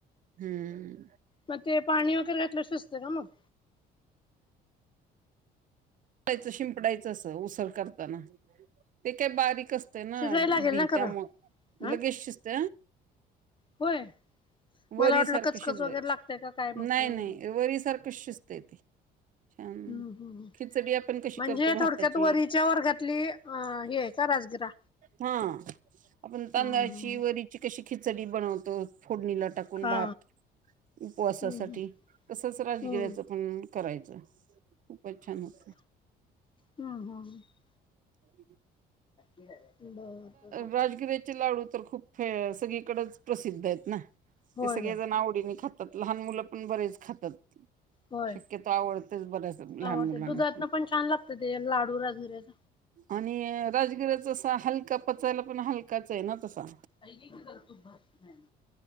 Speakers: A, on the right; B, on the left.
A: हम्म
B: मग ते पाणी वगैरे घलं शचते का मग
A: च शिंपडायचं अस उसळ करताना ते काय बारीक अस ना
B: शिजाय लागेल
A: बी
B: ना खरं
A: त्यामु
B: हा
A: लगेच शिस्त
B: होय मला
A: वरी
B: वाटलं
A: सारखं
B: कचकच
A: शिजवायच
B: वगैरे लागतय का काय मग
A: नाही
B: हम्म
A: नाही व सारख कश्यस्ते ते छान
B: हम् हम
A: खिचडी आपण कशी
B: म्हणजे
A: करतो भाताची
B: थोडक्यात वरीच्या वर्गातली अ हे आहे का राजगिरा
A: हा आपण तांदळाची
B: हम्म हम्म
A: वरीची कशी खिचडी बनवतो फोडणीला टाक
B: हा
A: भात उपवासासाठी
B: हम्म
A: कसच राजगिरा्याचं
B: हम्म
A: पण करायचं खूपच छान होत
B: हम्म हम्म
A: ह
B: बर बर
A: राजगिऱ्याचे लाडू तर खूप सगळीकडेच प्रसिद्ध आहेत ना
B: होय
A: ते सगळे
B: होय
A: जण आवडीने खात त लहान मुलं पण बरेच खातात
B: होय
A: शक्यतो आवडतेच बऱ्याच लहान
B: आवडते
A: मुलांना
B: दुधातन
A: पण
B: छान लागत ते लाडू राजगिऱ्याच
A: आणि राजगिराचा हलका पचायला पण हलकाच आहे ना तसा
B: पा क करतो भ नाही